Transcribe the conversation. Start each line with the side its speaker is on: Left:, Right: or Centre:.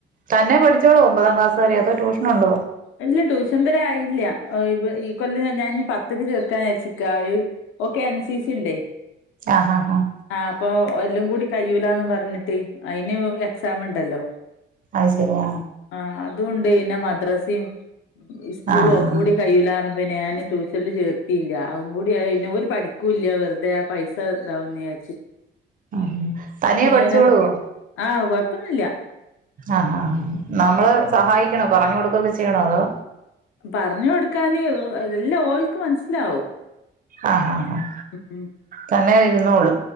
Right: തന്നെ പഠിച്ചോളോ ഒമ്പതാം ക്ലാസ് വരെ അതോ ട്യൂഷന് ഉണ്ടോ
Left: ഇല്ല ട്യൂഷൻ തരെ ആയില്ല ഈ കൊല്ല ഞാൻ പത്തക്ക് ചേർക്കാൻ ചച്ചിക്കാ ഓക്കെ എൻ സി സി ഒന്റെറെ
Right: ആഹ് ആഹ് ആഹ്
Left: ആഹ് അപ്പൊ എല്ലും കൂടി കഴൂലന്ന് പറഞ്ഞിട്ട് അയിന് എക്സം ഉണ്ടല്ലോ
Right: അത് ശരിയാ
Left: ആഹ് അതുകൊണ്ട് പിന്നെ മദ്രസയും സ്കൂളും
Right: ആ ഹാ
Left: ഒക്കെ കൂടി കയ്യിൽ ആര അപ്പം ഞാൻ ട്യൂഷനിൽ ചേർത്തിയില്ല അവും കൂടി ഇതിനതുപോലെ പഠിക്കൂല്ല വെറുതെ പൈസ ഇതാവുന്ന
Right: ആ തനിയെ
Left: ഇങ്ങന
Right: പഠിച്ചോളുവോ
Left: ആഹ് കൊഴപ്പൊന്നില്ല
Right: ആഹ് ആഹ് നമ്മള് സഹായിക്കണോ പറഞ്ഞു കൊടുക്കൊക്കെ ചെയ്യണോ അതോ
Left: പറഞ്ഞു കൊടുക്കാന് എല്ലാ ഒൾക്ക് മനസ്സിലാവും
Right: ആഹ് ആഹാ ആഹ്
Left: ഉം
Right: തന്നെ ഇരുന്നോളു